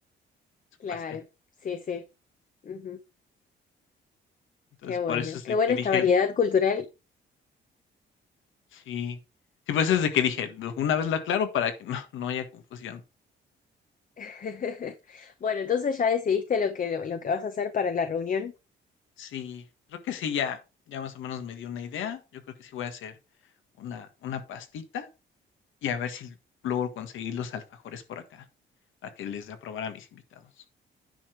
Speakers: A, on the left; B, on the left.
A: es un
B: claro,
A: pastel.
B: sí, sí. Ujú,
A: Entonces,
B: Qué
A: por
B: bueno,
A: eso es
B: qué
A: de
B: buena
A: que dije,
B: esta variedad cultural.
A: sí, sí, por eso es de que dije, una vez lo aclaro para que no, no haya confusión.
B: <laughs> Bueno, entonces ya decidiste lo que, lo que vas a hacer para la reunión.
A: Sí, creo que sí, ya, ya más o menos me dio una idea. Yo creo que sí voy a hacer una, una pastita y a ver si logro conseguir los alfajores por acá, para que les dé a probar a mis invitados.